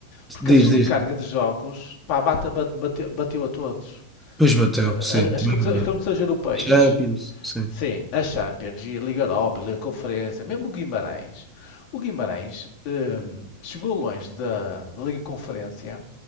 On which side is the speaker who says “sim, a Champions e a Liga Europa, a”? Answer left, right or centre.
Left